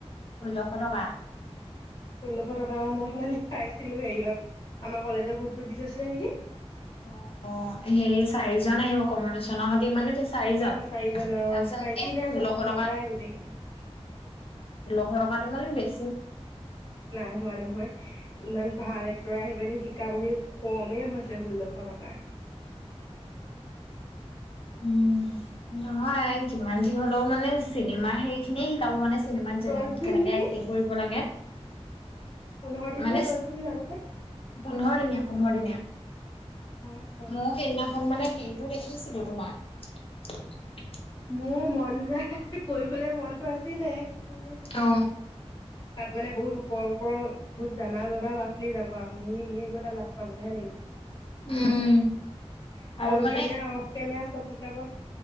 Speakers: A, on the left; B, on the left.
A: ষোল্লশ টকা।
B: ষোল্লশ টকা মই স পাইছিলো হেৰিয়ত আমাৰ কলেজৰ গ্ৰুপটোত দি থৈছিলে নেকি?
A: অ, অ সেই চাৰিজন আহিব কমলোচনৰ মানে চাৰিজন
B: অ চাৰিজন আহ
A: তাৰপিছত
B: মাইকী
A: এই
B: নাই
A: ষোল্লশ
B: চব
A: টকাত
B: মতাই গোটেই কেইটা।
A: ঘৰটো মানে বেচি
B: নাই হোৱা নহয় ইমান ভাল এক্টৰে আহি পেলে শ আৰু সেই কমেই হৈছে ষোল্লশ টকা।
A: উম নহয় যিমান যি হলেও মানে চিনেমাৰ হেৰি খিনিয়ে শিকাব মানে চিনেমাত যেনে
B: দহ দিন
A: কেনেকে
B: নেকি
A: এক্টিং কৰিব লাগে
B: পোন্ধৰ দিন
A: মানে
B: নে দহ দিন জানো পাই
A: পোন্ধৰ দিনীয়া পোন্ধৰ দিনীয়া।
B: অ অ
A: মোৰ সেইদিনাখন মানে হেৰিটো দেখিছিলো তোমাৰ
B: মোৰ মন যায় । কৰিবলৈ মনতটো আছিলে। তাত
A: অ
B: মানে বহুত ওপৰৰ ওপৰৰ বহুত জানা জানা লৰা ছোৱালী যাব আৰু মোৰ নে গই তাত লাজ পাবগেহে লাগিব।
A: উম আৰু
B: অন
A: মানে
B: কেমেৰা অফ কেমেৰা চব শিকাব